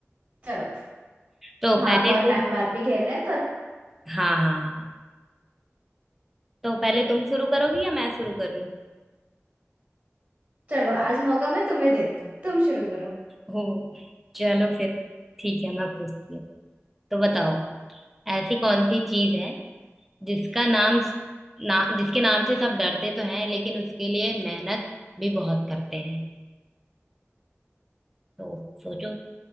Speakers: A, on the right; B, in the centre.
A: चलो
B: तो
A: हाँ
B: पहले
A: बहुत
B: तुम
A: टाइम बाद भी खेल रहे हैं तो
B: हाँ हाँ हाँ तो पहले तुम शुरू करोगी या मैं शुरू करूँ
A: चलो आज मौका मैं तुम्हें देती हूँ तुम शुरू करो
B: हो चलो फिर ठीक है मैं पूछती हूँ तो बताओ ऐसी कौन सी चीज है जिसका नाम ना जिसके नाम से सब डरते तो हैं लेकिन उसके लिए मेहनत भी बहुत करते हैं तो सोचो